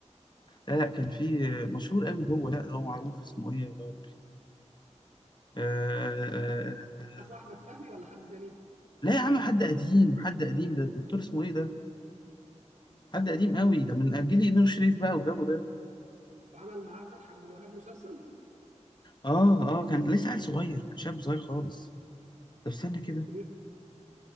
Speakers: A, on the left; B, on the right.
A: لا لا كان في آه، مشهور قوي هو لا هو معروف اسمه ايه يا ربي آه... آه... آه،
B: اخو احمد فهمي ولا حد ثاني
A: لا يا عم حد قديم حد قديم ده الدكتور اسمه ايه ده حد قديم قوي ده من جيل نور الشريف بقى والجو ده
B: وعمل معاه فتحي عبد الوهاب مسلسل
A: اه اه كان لسه عيل صغير كان شاب صغير خالص طب استنى كده
B: م-